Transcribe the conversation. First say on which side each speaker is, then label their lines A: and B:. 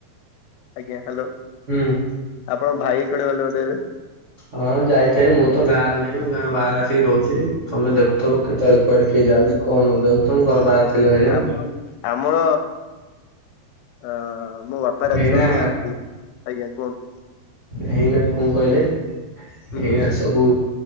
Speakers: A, on the left; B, on the right.
A: ଆଜ୍ଞା, ହ୍ୟାଲୋ।
B: ହୁଁ।
A: ଆପଣ ଭାଇ କୁଆଡେ ଗଲେ ବୋଧେ ଏବେ।
B: ହଁ, ଯାଇଥାଏ। ମୁଁ ତ ଗାଁରେ ନାହିଁ, ମୁଁ ଗାଁ ବାହାରେ ଆସିକି ରହୁଛି, ତମେ ଦେଖୁଥିବ କେତେବେଳେ କୁଆଡେ କିଏ ଯାଉଛି,
A: ହୁଁ,
B: <inaudible> ତମ ଘର ବାହାର ଥିଲ ଏଇନା?
A: ଆମ ଆମର ଅ, ମୋ ବାପା ଡାକୁଛନ୍ତି।
B: ଏଇନା
A: <inaudible> ଆଜ୍ଞା, କୁହନ୍ତୁ।
B: ଏଇନା, କଣ କହିଲେ
A: ହୁଁ।
B: ଏଇନା ସବୁ?